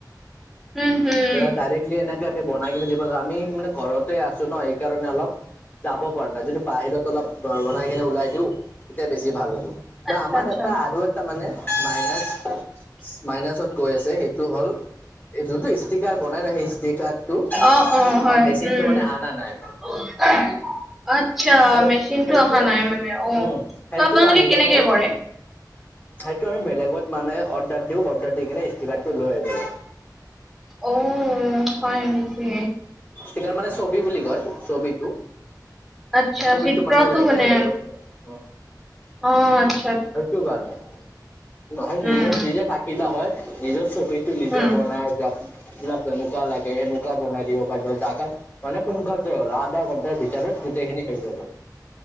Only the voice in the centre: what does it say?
উম হম
আচ্ছা
আচ্ছা
অ অ হয়
উম
<unintelligible> আচ্ছা
মেচিনটো
অহা নাই মানে অ
ত আপোনালোকে
কেনেকে
কৰে
অহ হয় নেকি
আচ্ছা
চিত্ৰটো
মানে
অ আচ্ছা আচ্ছা
উম,
উম।